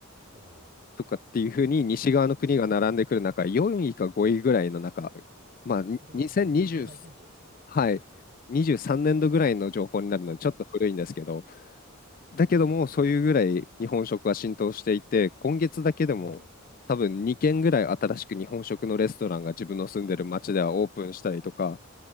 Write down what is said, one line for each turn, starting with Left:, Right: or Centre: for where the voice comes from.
Right: おー
Left: とかっていうふうに西側の国が並んでくる中、4位か5位ぐらいの中、まあ、
Right: お、
Left: に2023
Right: それはめっちゃ大健闘ですね。
Left: はい、
Right: うん
Left: 23年度ぐらいの情報になるので、ちょっと古いんですけど、だけども、そういうぐらい日本食は浸透していて、今月だけでも、
Right: おお、
Left: 多分2軒ぐらい新しく日本食のレストランが自分の住んでる町ではオープンしたりとか、